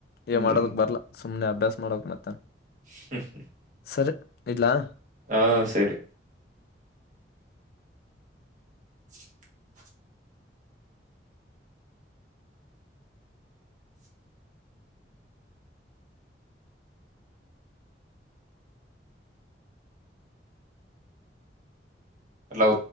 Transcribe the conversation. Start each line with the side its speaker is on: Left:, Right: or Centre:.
Left: ಏ
Right: ಹ್ಮ್
Left: ಮಾಡೋದಕ್ ಬರ್ಲಾ. ಸುಮನೆ ಅಭ್ಯಾಸ ಮಾಡ ಬೇಕ್ ಮತ್ತೆನ್.
Right: <unintelligible>
Left: ಸರಿ ಇಡ್ಲಾ.
Right: ಹಾ ಸರಿ. <unintelligible> ಹಲೋ.